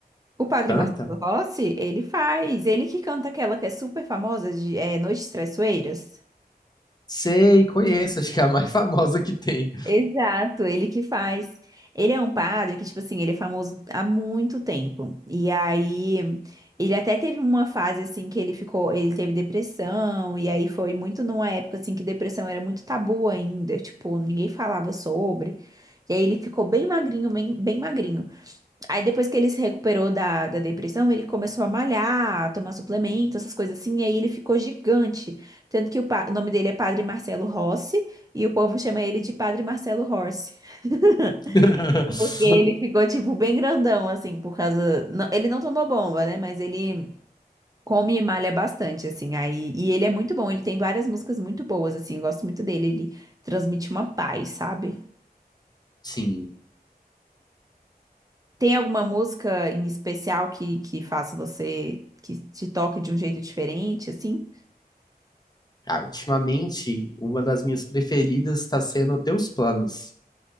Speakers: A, on the right (about 20°); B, on the left (about 25°).
A: O padre
B: Canta?
A: Marcelo Rossi, ele faz. Ele que canta aquela que é super famosa de é, Noites Traiçoeiras.
B: Sei, conheço. <laughs> Acho que é a mais <laughs> famosa que tem.
A: Exato, ele que faz. Ele é um padre que, tipo assim, ele é famoso há muito tempo. E aí, ele até teve uma fase, assim, que ele ficou, ele teve depressão, e aí foi muito numa época, assim, que depressão era muito tabu ainda, tipo, ninguém falava sobre. E aí ele ficou bem magrinho, bem, bem magrinho. Aí depois que ele se recuperou da, da depressão, ele começou a malhar, a tomar suplemento, essas coisas assim, e aí ele ficou gigante. Tanto que o, pa- o nome dele é Padre Marcelo Rossi, e o povo chama ele de Padre Marcelo Rossi. <laughs>
B: <laughs>
A: Porque ele ficou, tipo, bem grandão, assim, por causa. não- ele não tomou bomba, né? Mas ele come e malha bastante, assim. Aí, e ele é muito bom, ele tem várias músicas muito boas, assim. Eu gosto muito dele, ele transmite uma paz, sabe?
B: Sim.
A: Tem alguma música em especial que, que faça você, que te toque de um jeito diferente, assim?
B: Ah, ultimamente, uma das minhas preferidas está sendo Teus Planos.